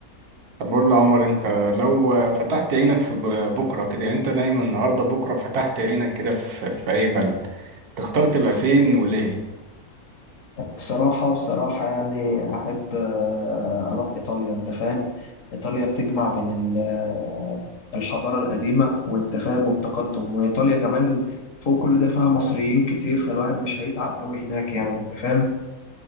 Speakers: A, on the right; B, on the left.
A: طب قول لي يا عمر انت لو فتحت عينك في ب- بكرة كده يعني انت نايم النهاردة بكرة فتحت عينك كده في, في اي بلد تختار تبقى فين وليه
B: بصراحة بصراحة يعني احب آه، اروح ايطاليا انت فاهم ايطاليا بتجمع بين ال- آه، الحضارة القديمة وانت فاهم والتقدم وايطاليا كمان فوق كل ده فيها مصريين كتير فالواحد مش هيتعب قوي هناك يعني انت فاهم